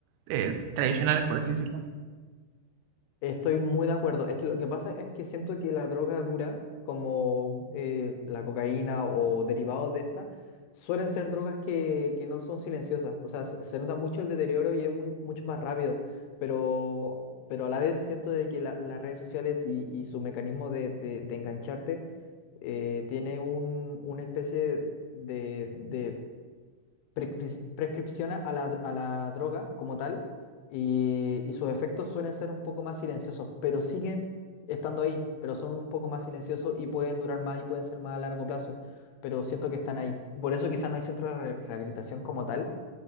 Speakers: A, on the right (about 85°); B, on the left (about 85°).
A: eh, tradicionales, por así decirlo.
B: Estoy muy de acuerdo. Es que lo que pasa es que siento que la droga dura, como eh, la cocaína o derivados de esta, suelen ser drogas que, que no son silenciosas. O sea, se, se nota mucho el deterioro y es muy, mucho más rápido. Pero, pero a la vez siento de que la- las redes sociales y, y su mecanismo de, de- de engancharte eh, tiene un, una especie de, de prescri- prescripciona a la, a la droga como tal y, y sus efectos suelen ser un poco más silenciosos, pero siguen estando ahí, pero son un poco más silenciosos y pueden durar más y pueden ser más a largo plazo, pero siento que están ahí. Por eso quizás no hay centro de re- rehabilitación como tal